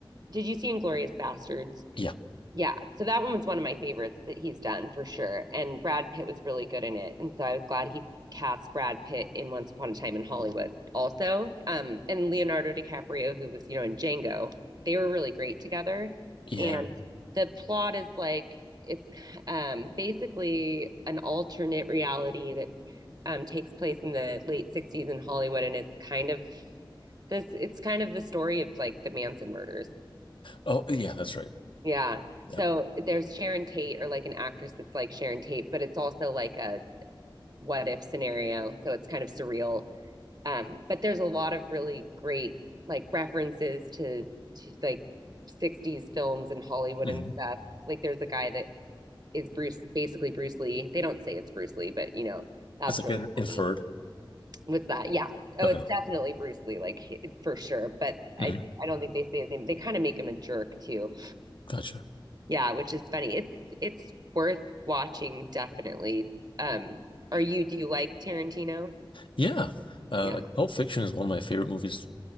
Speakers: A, on the right (about 50°); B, on the left (about 75°).
A: did you see Inglorious Bastards?
B: Yeah.
A: Yeah, so that one was one of my favorites that he's done for sure. And Brad Pitt was really good in it. And so I was glad he cast Brad Pitt in Once Upon a Time in Hollywood also. Um, and Leonardo DiCaprio, who was, you know, in Django, they were really great together.
B: Yeah.
A: And the plot is like it's um, basically an alternate reality that um, takes place in the late 60s in Hollywood. And it's kind of this, it's kind of the story of like the Manson murders.
B: Oh, yeah, that's right.
A: Yeah.
B: Yeah.
A: So there's Sharon Tate or like an actress that's like Sharon Tate, but it's also like a what if scenario. So it's kind of surreal. Um, but there's a lot of really great like references to to like 60s films and Hollywood
B: hmm
A: and stuff. Like there's a guy that is Bruce, basically Bruce Lee. They don't say it's Bruce Lee, but you know, that's
B: It's like
A: really
B: an inferred.
A: funny. What's that? Yeah. Oh,
B: Okay.
A: it's definitely Bruce Lee, like for sure. But
B: hmm
A: I I don't think they say his name. They kind of make him a jerk too.
B: Gotcha.
A: Yeah, which is funny. It's it's worth watching definitely. Um, are you do you like Tarantino?
B: Yeah. Uh,
A: Yeah.
B: like Pulp Fiction is one of my favorite movies